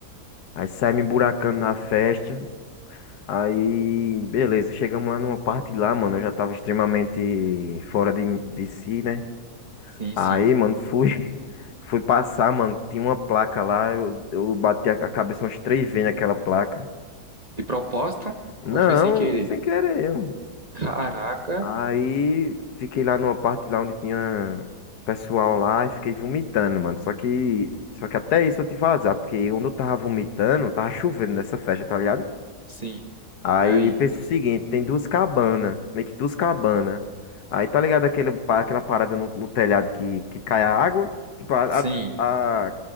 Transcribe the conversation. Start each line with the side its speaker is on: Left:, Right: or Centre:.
Left: Aí sai me emburacando na festa. Aí, beleza, chegamos lá numa parte lá, mano, eu já tava extremamente fora de, de si, né?
Right: Sim,
Left: Aí,
Right: sim.
Left: mano, fui, <laughs> fui passar, mano. Tinha uma placa lá. Eu, eu bati a a cabeça umas três vezes naquela placa.
Right: De propósito
Left: Não,
Right: ou foi sem querer?
Left: sem querer. mano.
Right: Caraca,
Left: Aí fiquei lá numa parte lá onde tinha pessoal lá e fiquei vomitando, mano. Só que, só que até isso eu tive azar, porque onde eu tava vomitando, tava chovendo nessa festa, tá ligado?
Right: sim.
Left: Aí
Right: E aí?
Left: pensa o seguinte, tem duas cabanas, meio que duas cabanas. Aí tá ligado aquele, pa- aquela parada no, no telhado que, que cai a água? Tipo, a,
Right: Sim,
Left: a, a